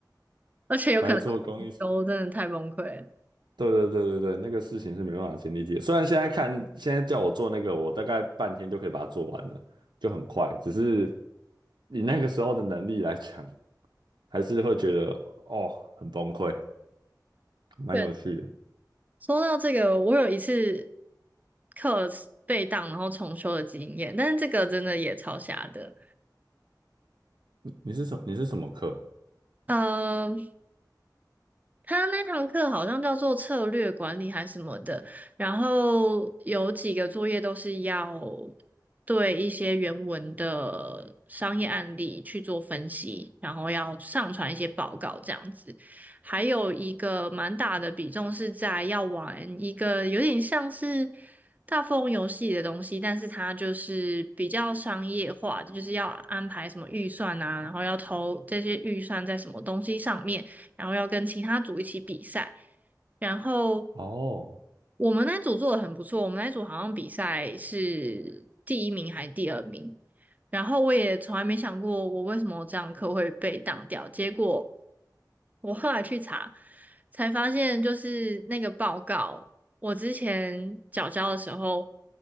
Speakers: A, on the right (about 85°); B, on the right (about 20°).
A: <laughs>
B: 而且有可能要重修，
A: 白做工一，
B: 真的太崩溃了。
A: 对对对对对，那个事情是没办法亲力解。虽然现在看，现在叫我做那个，我大概半天就可以把它做完了，就很快，只是以那个时候的能力来讲，还是会觉得哦很崩溃，蛮有趣的。
B: 对，说到这个，我有一次课被当然后重修的经验，但是这个真的也超瞎的。
A: 你是什你是什么课？
B: 嗯。他那堂课好像叫做策略管理还什么的，然后有几个作业都是要对一些原文的商业案例去做分析，然后要上传一些报告这样子。还有一个蛮大的比重是在要玩一个有点像是大富翁游戏的东西，但是它就是比较商业化，就是要安排什么预算啊，然后要投这些预算在什么东西上面。然后要跟其他组一起比赛。然后
A: 哦，
B: 我们那组做的很不错，我们那组好像比赛是第一名还是第二名。然后我也从来没想过我为什么这堂课会被挡掉，结果我后来去查，才发现就是那个报告，我之前缴交的时候，